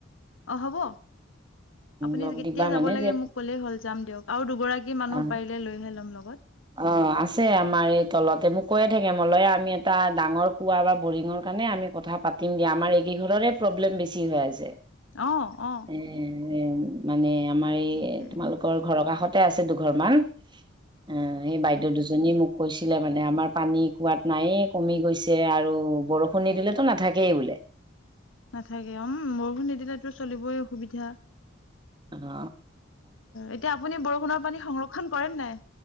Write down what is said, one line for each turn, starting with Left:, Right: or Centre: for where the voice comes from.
Left: অ', হ'ব। আপুনি
Right: লগ
Left: কেতিয়া
Right: দিবা
Left: যাব
Right: মানে
Left: লাগে
Right: যে
Left: মোক কলেই হ'ল যাম দিয়ক আৰু দুগৰাকী মানুহ
Right: অ
Left: পাৰিলে লৈহে লম লগ
Right: অ আছে আমাৰ এই তলতে মোক কৈয়ে থাকে মলযা আমি এটা ডাঙৰ স কাৰণে আমি কথা পাতিম দিয়া আমাৰ এইকেই ঘৰৰে প্ৰব্লেম বেছি হৈ আছে
Left: অ অ
Right: এ এ মানে আমাৰ এই
Left: সেইটোৱে
Right: তোমালোকৰ ঘৰৰ কাষতে আছে দুঘৰ মান অ সেই বাইদেউ দুজনী মোক কৈছিলে মানে আমাৰ পানী কোৱাত নায়ে কমি গৈছে আৰু বৰষুণ নি দিলেতো নাথাকেই বোলে <unintelligible>
Left: নাথাকে উম বৰষুণ নিদিল তো চলিবই অসুবিধা
Right: আহ।
Left: এতিয়া আপুনি বৰষুণৰ পানী সংৰক্ষণ কৰে নাই।